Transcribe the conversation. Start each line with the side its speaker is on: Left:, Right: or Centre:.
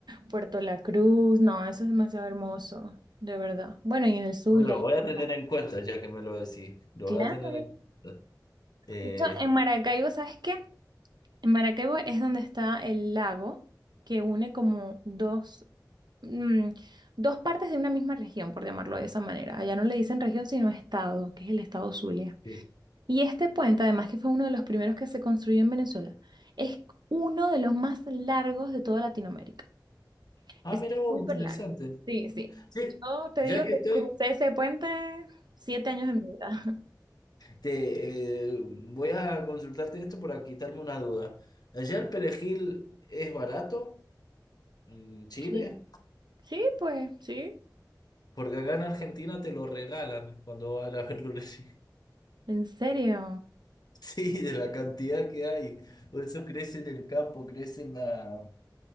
Right: Puerto La Cruz, no, eso es demasiado hermoso, de verdad. Bueno, y en el Zulia,
Left: Bueno, lo
Right: el
Left: voy a tener
Right: Lago
Left: en cuenta ya que me lo decís. Lo
Right: Claro.
Left: voy a tener en cuenta. Eh,
Right: De hecho, en Maracaibo, ¿sabes qué? En Maracaibo es donde está el lago que une como dos, mm, dos partes de una misma región, por llamarlo de esa manera. Allá no le dicen región, sino estado, que es el estado Zulia.
Left: sí.
Right: Y este puente, además que fue uno de los primeros que se construyó en Venezuela, es uno de los más largos de toda Latinoamérica.
Left: Ah,
Right: Es
Left: mira vos,
Right: súper
Left: interesante.
Right: largo. Sí, sí.
Left: Sí,
Right: Yo te
Left: ya
Right: digo
Left: que
Right: que
Left: estoy,
Right: crucé ese puente siete años de mi vida. <laughs>
Left: te, eh, voy a consultarte esto para quitarme una duda. ¿Allá el perejil es barato en Chile?
Right: Sí, sí, pues, sí.
Left: Porque acá en Argentina te lo regalan cuando vas a la verdulería. <laughs>
Right: ¿En serio?
Left: Sí, de la cantidad que hay. Por eso crece en el campo, crece en la...